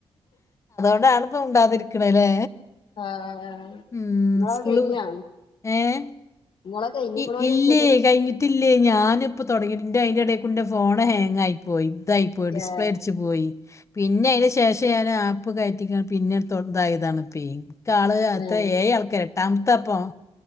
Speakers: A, on the left; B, on the left.
A: അതാണ് ഇപ്പം മുണ്ടാതിര്ക്ക്ണെലേ
B: ആഹ്
A: ഉം
B: നിങ്ങളെ
A: സ്കൂള്
B: കഴിഞ്ഞാ
A: ഏഹ്
B: നിങ്ങളെ കഴിഞ്ഞിക്കണോ
A: ഇ ഇല്ലേ
B: ചോദിക്കത്
A: കഴിഞ്ഞിറ്റില്ലേ ഞാന് ഇപ്പം തൊട്ങ്ങീ അയിന്റയിന്റെടേക്കുടെ ഫോൺ ഹാങ്ങായി പോയി തായി പോയി ഡിസ്പ്ലേ
B: ഏഹ്
A: അട്ച്ചു പോയി പിന്നെ അയ്ന് ശേഷം ഞാൻ ആപ്പ് കയറ്റി പിന്നെത്തോ തായതാണ് പ്പേ കാള് എത്രെ
B: ഏഹ്
A: ഏയാൾക്കർ എട്ടാമത്ത ഇപ്പോം